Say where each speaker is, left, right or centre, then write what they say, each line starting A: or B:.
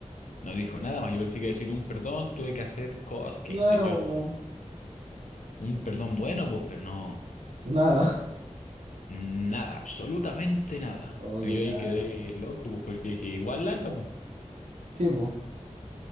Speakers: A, on the left; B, on the right.
A: No dijo nada más. Yo pensé que decir un perdón, tuve que hacer cosas, qué
B: Claro,
A: sé yo.
B: po,
A: Un perdón bueno, pues, pero no.
B: nada. <laughs>
A: Nada, absolutamente nada.
B: Oh,
A: Y
B: qué
A: Yo ahí
B: lata.
A: quedé loco, pues, porque dije, igual lata, pues".
B: Sí, po.